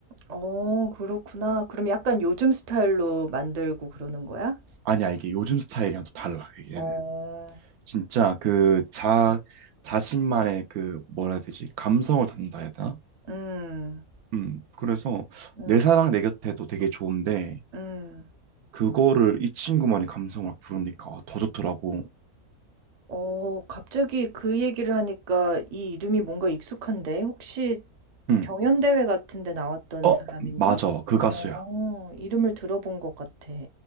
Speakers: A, on the right; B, on the right.
A: 어, 그렇구나. 그럼 약간 요즘 스타일로 만들고 그러는 거야?
B: 아니야, 이게 요즘 스타일이랑 또 달라. 얘는
A: 어,
B: 진짜 그 자 자신만의 그 뭐라 해야 되지? 감성을 담는다 해야 되나?
A: 음,
B: 음, 그래서
A: 음,
B: 내 사랑 내 곁에도 되게 좋은데
A: 음.
B: 그거를 이 친구만의 감성을 부르니까 아, 더 좋더라고.
A: 어, 갑자기 그 얘기를 하니까 이 이름이 뭔가 익숙한데? 혹시
B: 응.
A: 경연대회 같은 데 나왔던
B: 어,
A: 사람인가?
B: 맞아. 그 가수야.
A: 어, 이름을 들어본 것 같아.